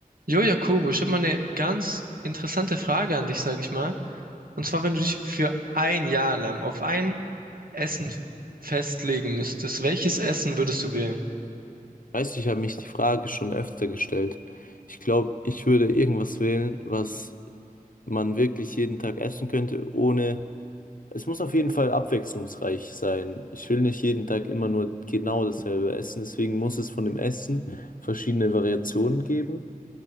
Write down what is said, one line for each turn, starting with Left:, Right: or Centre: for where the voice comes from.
Right: Jo, Jakobo, ich habe mal eine ganz interessante Frage an dich, sage ich mal. Und zwar, wenn du dich für ein Jahr lang auf ein Essen festlegen müsstest, welches Essen würdest du wählen?
Left: Weißt du, ich habe mich die Frage schon öfter gestellt. Ich glaube, ich würde irgendwas wählen, was man wirklich jeden Tag essen könnte, ohne. Es muss auf jeden Fall abwechslungsreich sein. Ich will nicht jeden Tag immer nur genau dasselbe essen, deswegen muss es von dem Essen verschiedene Variationen geben.